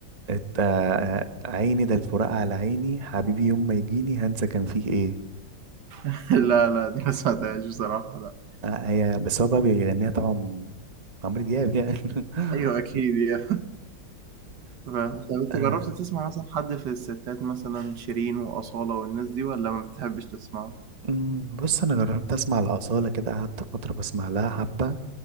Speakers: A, on the right; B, on the right.
A: ات- آه، عيني ده الفراق على عيني حبيبي يوم ما يجيني هنسى كان فيه ايه
B: <laughs> لا، لا، دي ما سمعتهاش بصراحة لأ،
A: آه، هي بس هو بقى بيغنيها طبعا عمرو دياب يعني
B: أكيد أيوه
A: <laughs>
B: أكيد يعني فاهم، طب أنت
A: آه،
B: جرّبت تسمع مثلًا حد في الستات مثلًا شيرين وأصالة والناس دي والّا ما بتحبش تسمعهم؟
A: أمم، بص انا جربت اسمع الاصاله كده قعدت فتره بسمع لها حبه